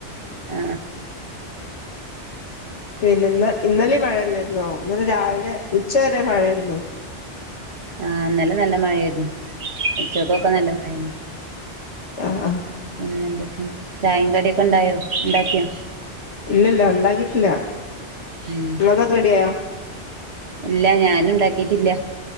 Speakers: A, on the right; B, on the left.
A: ആ
B: പിന്നെ ഇന്ന ഇന്നലെ മഴല്ലായിരുന്നോ ഇന്നലെ രാവിലെ ഉച്ച വരെ മഴ ആായിരുന്നു
A: ആ അന്നലെ നല്ല മഴയായിരുന്നു ഉച്ചക്കൊക്കെ നല്ല മഴ
B: ആഹ ആഹ
A: പിെന്തൊക്കെയ ചായ കടിയൊക്കെ ഉണ്ടായോ ഉണ്ടാക്കിയോ
B: ഇല്ലല്ല ഉണ്ടാക്കിട്ടില്ല
A: ഉം
B: എന്നതൊക്കെ റെഡിിയായോ
A: ഇല്ല ഞാന ഉണ്ടാക്കിട്ടില്ല